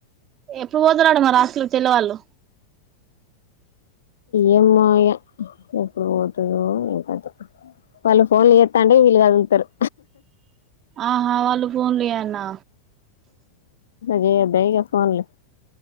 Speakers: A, on the right; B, on the left.
A: ఎప్పుడు పోతారట హాస్టల్ కి చెల్లి వాళ్ళు
B: ఎమ్మో ఇగ ఎప్పుడు పోతుందో ఏం కథో వాళ్ళు ఫోన్లు చేస్తా అంటే వీళ్ళు కదులుతారు
A: ఆహా వాళ్ళు ఫోన్లు చేయాల్నా
B: చెయ్యొద్దా ఇగ ఫోన్లో